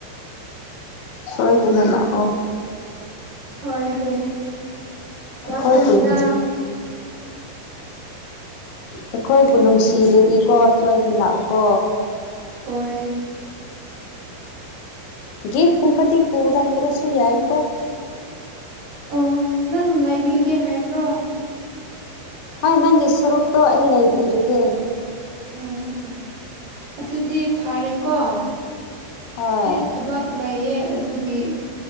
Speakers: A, on the left; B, on the right.
A: ꯁꯣꯏꯗꯅ ꯂꯥꯛꯑꯣ
B: ꯍꯣꯏ ꯍꯣꯏ ꯂꯥꯛꯀꯅꯤꯗ
A: ꯑꯩꯈꯣꯏ <unintelligible> ꯑꯩꯈꯣꯏꯕꯨ ꯅꯨꯡꯁꯤꯔꯗꯤꯀꯣ ꯁꯣꯏꯗꯅ ꯂꯥꯛꯎꯀꯣ
B: ꯍꯣꯏ
A: ꯒꯤꯐ ꯀꯨꯝꯕꯗꯤ ꯄꯨꯔꯛꯇ꯭ꯔꯁꯨ ꯌꯥꯏꯀꯣ <unintelligible>
B: ꯑꯣ ꯅꯪꯅ ꯂꯩꯕꯤꯒꯦ ꯍꯥꯏꯕ꯭ꯔꯣ
A: ꯍꯣꯏ ꯅꯪꯒꯤ ꯁꯔꯨꯛꯇꯣ ꯑꯩ ꯂꯩꯕꯤꯔꯒꯦ
B: <unintelligible> ꯑꯗꯨꯗꯤ ꯐꯔꯦꯀꯣ
A: ꯍꯣꯏ
B: ꯑꯩ ꯊꯕꯛ ꯂꯩꯌꯦ ꯑꯗꯨꯒꯤ